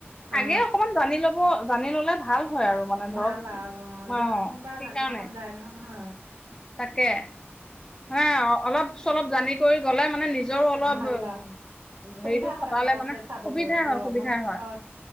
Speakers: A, on the right; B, on the left.
A: অ
B: আগে অকণমান জানি লব। জানি ললে ভাল হয় আৰু মানে ধৰক
A: ভাল আৰু যোৱা
B: অ
A: মানুহৰ পৰা
B: সেইকাৰণে
A: জানিব মন যায় নহয় হা।
B: তাকে হে অলপ চলপ। জানি কৰি গ'লে মানে নিজৰ অলপ
A: ভাল আৰু সুবিধা
B: হেৰিটো খটালে
A: হয় যাওঁতে
B: মানে
A: চাবলৈ অ
B: সুবিধা
A: মন
B: হয়
A: অ